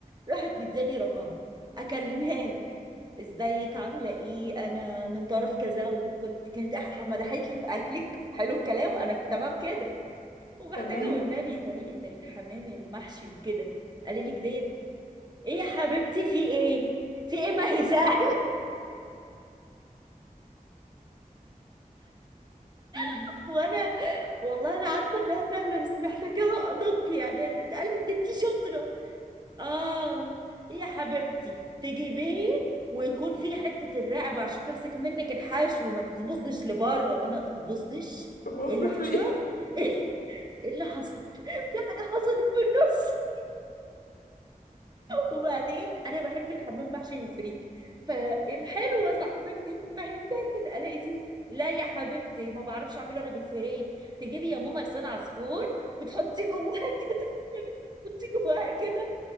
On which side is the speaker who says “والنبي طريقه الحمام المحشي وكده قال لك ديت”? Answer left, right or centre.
Right